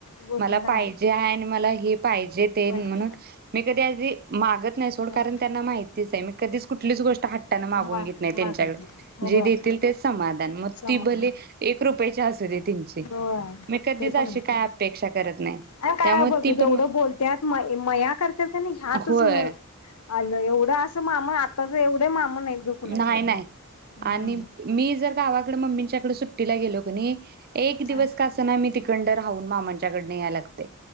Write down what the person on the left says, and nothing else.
गोष्टी
हा
पाहिजे
हा
मा
मागत नाही
हो
समाधान
हो
ते पण
आहे.
आणि काय
बघ
जेवढं
बोलत्यात म मया करत्यात का नाहीं ह्यातच
मेन आल एवढं अस मामा आता तसे एवढं ते मामा नाहीत ग कुणाच
एवढे
हम्म
हा